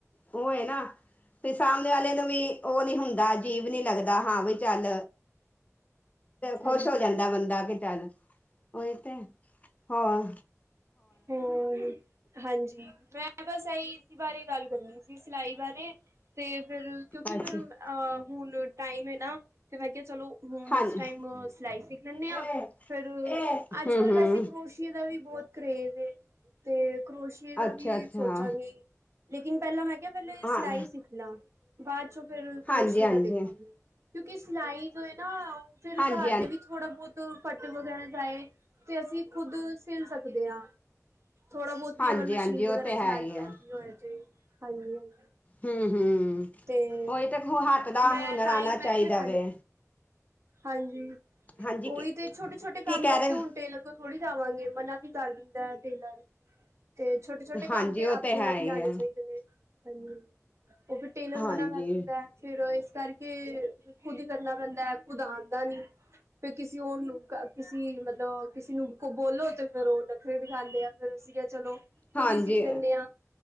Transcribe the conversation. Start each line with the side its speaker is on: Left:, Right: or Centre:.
Left: ਉਹ ਹੈ ਨਾ ਤੇ ਸਾਮਣੇ ਵਾਲੇ ਨੂੰ ਵੀ ਉਹ ਨੀ ਹੁੰਦਾ ਅਜੀਬ ਨੀ ਲੱਗਦਾ। ਦਾ ਹਾਂ ਵੀ ਚੱਲ
Right: ਹਾਂਜੀ
Left: ਖੁਸ਼ ਹੋ ਜਾਂਦਾ ਬੰਦਾ ਕਿ ਚੱਲ, ਉਹੀ ਤੇ ਹਾਂ,
Right: ਹਮ ਹਾਂਜੀ ਮੈਂ ਬਸ ਇਹੀ ਇਸ ਬਾਰੇ ਗੱਲ ਕਰਨੀ ਸਿਲਾਈ ਬਾਰੇ ਤੇ ਫਿਰ ਕਿਉਂਕਿ
Left: ਅੱਛਾ
Right: ਫਿਰ ਅਹ ਹੁਣ ਟਾਈਮ ਹੈ ਨਾ ਤੇ ਮੈਂ ਕਿਹਾ ਚਲੋ। ਹੁਣ
Left: ਹਾਂਜੀ
Right: ਇਸ ਟਾਈਮ ਸਿਲਾਈ ਸਿੱਖ ਲੈਂਦੇ ਹਾਂ
Left: ਹਮ
Right: ਫਿਰ ਅੱਜ ਕੱਲ
Left: ਹਮ
Right: ਵੈਸੇ ਕਰੋਸ਼ੀਏ ਦਾ ਵੀ, ਬੋਤ ਕਰੇਜ ਏ ਤੇ ਕਰੋਸ਼ੀਏ ਦਾ
Left: ਅੱਛਾ
Right: ਵੀ
Left: ਅੱਛਾ
Right: ਸੋਚਾਂਗੇ ਲੇਕਿਨ ਪੈਲਾਂ ਮੈਂ, ਯਾ ਪੈਲੇ
Left: ਹਾਂ
Right: ਸਿਲਾਈ ਸਿੱਖ ਲਾ ਬਾਅਦ ਚੋਂ ਫੇਰ ਕਰੋਸ਼ਏ
Left: ਹਾਂਜੀ ਹਾਂਜੀ
Right: ਦਾ ਦੇਖਾਗੇ। ਕਿਉਂਕਿ ਸਿਲਾਈ ਜੋ ਹੈ ਨਾ ਫਿਰ
Left: ਹਾਂਜੀ
Right: ਘਰ ਦੇ ਵਿੱਚ ਥੋੜਾ ਬੋਤ ਫੱਟ ਵਗੈਰਾ ਜਾਏ ਤੇ ਅਸੀਂ ਖੁੱਦ ਸਿਲ ਸਕਦੇ ਹਾਂ। ਥੋੜਾ ਬੋਤ ਵੀ
Left: ਹਾਂਜੀ
Right: ਅਗਰ ਮਸ਼ੀਨ
Left: ਹਾਂਜੀ
Right: ਵਗੈਰਾ
Left: ਉਹ ਤੇ
Right: ਚਲਾਣੀ
Left: ਹੈ ਹੀ ਹੈ
Right: ਆਂਦੀ ਹੋ ਏ ਜ ਹਾਂਜੀ ਹਾਂਜੀ,
Left: ਹੂੰ-ਹੂੰ,
Right: ਤੇ
Left: ਉਹੀ ਤੇ ਹੱਥ ਦਾ
Right: ਮੈਂ
Left: ਹੁਨਰ
Right: ਤਾਂ
Left: ਆਣਾ
Right: ਹੀ ਮੈਂ
Left: ਚਾਈਦਾ
Right: ਕਿਹਾ ਹਾਂ
Left: ਵੇ,
Right: ਹਾਂਜੀ
Left: ਹਾਂਜੀ ਕੀ
Right: ਉਹੀ ਤੇ ਛੋਟੇ ਛੋਟੇ ਕੰਮ
Left: ਕੀ ਕਹਿ
Right: ਵਾਸਤੇ
Left: ਰਹੇ
Right: ਹੁਣ ਟੇਲਰ ਤੋਂ ਥੋੜ੍ਹੀ ਜਾਵਾਂਗੇ ਮਨਾ ਵੀ ਕਰ ਦਿੰਦਾ ਟੇਲਰ ਤੇ ਛੋਟੇ ਛੋਟੇ ਕੰਮ
Left: ਹਾਂਜੀ
Right: ਤੇ
Left: ਉਹ
Right: ਆਪਣੇ
Left: ਹੈ
Right: ਆਪ ਹੀ ਆਣੇ
Left: ਹੈ
Right: ਚਾਈਦੇ ਨੇ ਹਨਾਂ ਜੀ, ਉਹ ਫਿਰ ਟੇਲਰ
Left: ਹਾਂਜੀ
Right: ਮਨਾ ਕਰ ਦਿੰਦਾ ਫੇਰ ਇਸ ਕਰਕੇ ਖੁਦ ਹੀ ਕਰਨਾ ਪੈਂਦਾ ਉਦਾਰਦਾ ਨੀ ਫਿਰ ਕਿਸੇ ਉਹ ਕਿਸੀ ਮਤਲਬ ਕਿਸੇ ਨੂੰ ਬੋਲੋ ਤੇ, ਫੇਰ ਉਹ ਨਖਰੇ ਵਿ ਖਾਂਦੇ ਆ ਫਿਰ ਅਸੀ ਕੇਆ ਚਲੋ ਖੁਦ
Left: ਹਾਂਜੀ
Right: ਹੀ ਸਿੱਖ ਲੈਂਦੇ ਹ